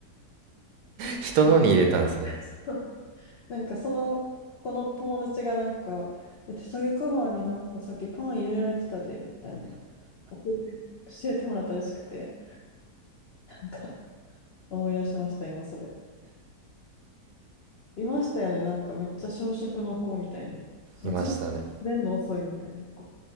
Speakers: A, on the right (about 75°); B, on the left (about 60°).
A: 人のに入れたんですね
B: でなんかめっちゃ混乱なんかその、この友達がなんか、え手提げカバーになんかさっきパン入れられてたで、みたいな。教えて教えてもらったらしくて、なんか思い出してました、今それ。いましたよね、なんかめっちゃ小食の子みたいな。そのずっと便の遅いみたいな子。
A: いましたね